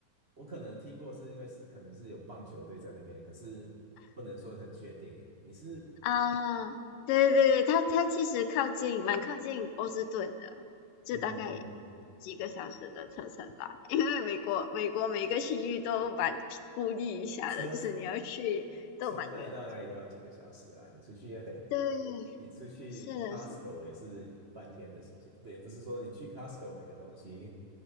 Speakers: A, on the right; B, on the left.
A: 我可能听过，是因为是可能是有棒球队在那边，可是不能说很确定。你是
B: 啊，呃对对对，它它其实靠近蛮靠近波士顿的，就大概
A: 嗯嗯，
B: 几个小时的车程吧，因为美国美国每个区域都蛮孤立一下的，
A: 车
B: 就是你要去都蛮远。
A: 从哪里到哪里都要几个小时啊？你出去
B: 对，
A: 你出去
B: 是的，
A: Costco
B: 是的，
A: 也是半天的时间，不也不是说你去 Costco 买个东西